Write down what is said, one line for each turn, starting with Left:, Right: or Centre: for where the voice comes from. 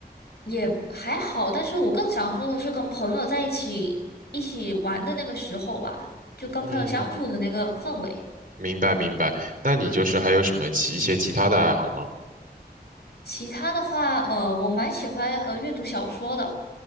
Left: 也还好，但是我更想说的是跟朋友在一起一起玩的那个时候吧，就跟朋友相处的那个氛围。
Right: 嗯，明白明白。那你就是还有什么其一些其他的爱好吗？
Left: 其他的话，呃，我蛮喜欢呃阅读小说的，